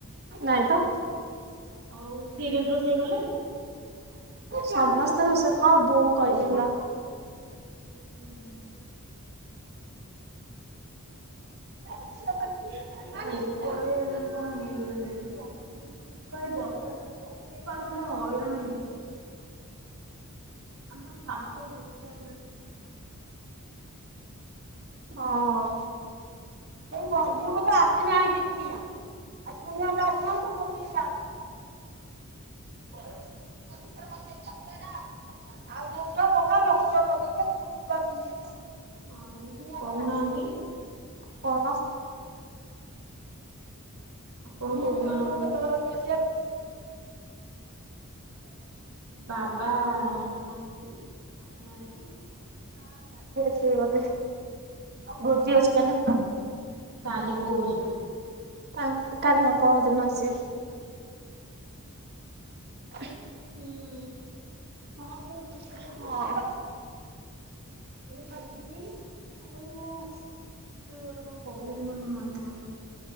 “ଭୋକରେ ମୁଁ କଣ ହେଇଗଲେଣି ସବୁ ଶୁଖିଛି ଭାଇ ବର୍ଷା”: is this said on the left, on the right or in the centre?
Right